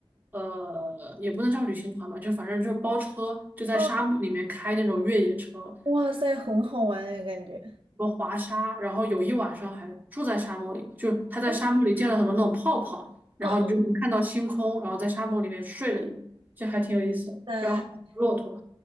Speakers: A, on the right; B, on the right.
A: 呃，也不能叫旅行团吧，就反正就包车，就在沙漠里面开那种越野车，
B: 哦，哇塞，很好玩哎，感觉。
A: 个滑沙，然后有一晚上还住在沙漠里，就是他在沙漠里建了很多那种泡泡，
B: 哦
A: 然后你就能看到星空，
B: 哦哦，
A: 然后在沙漠里面睡了一晚，就还挺有意思的。
B: 在
A: 然后还有骆驼，